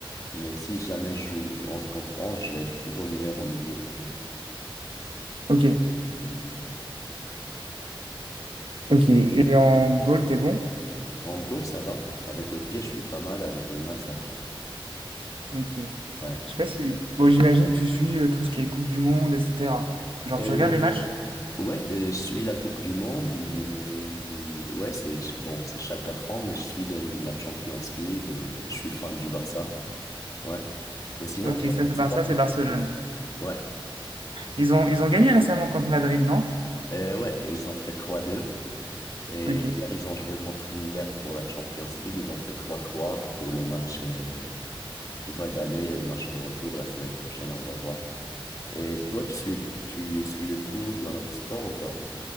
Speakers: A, on the left (about 40°); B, on the right (about 70°).
A: Mais si jamais je joue du 11 contre onze je vais être plutôt meilleur en milieu.
B: ok,
A: Hmm.
B: ok. Et en goal, t'es bon?
A: En goal, ça va. Avec les pieds, je suis pas mal. Avec les mains, ça va. <laughs>
B: Ok.
A: Ouais.
B: Je sais pas si... Bon, j'imagine que tu suis euh, tout ce qui est Coupe du Monde, etc. Genre,
A: Et,
B: tu regardes
A: Euh,
B: les matchs?
A: Ouais, euh, je suis la Coupe du Monde, mais l- ouais, c'est bon, c'est chaque 4 ans, mais je suis les- la Champions League, euh, je suis fan du Barça. Ouais. Mais sinon,
B: Ok,
A: toi,
B: ça
A: il y a des
B: c'est Barça,
A: sports
B: c'est
A: que tu
B: Barcelone.
A: suis. Ouais.
B: Ils ont, ils ont gagné récemment contre Madrid, non?
A: Euh, ouais, et ils ont fait trois deux Et
B: Ok.
A: hier, ils ont joué contre l'Inter pour la Champions League. Ils ont fait trois trois pour le match euh, tu vois, d'aller, il y a le match de retour la semaine prochaine, on va voir. Et toi, tu suis, tu suis le foot ou un autre sport ou pas?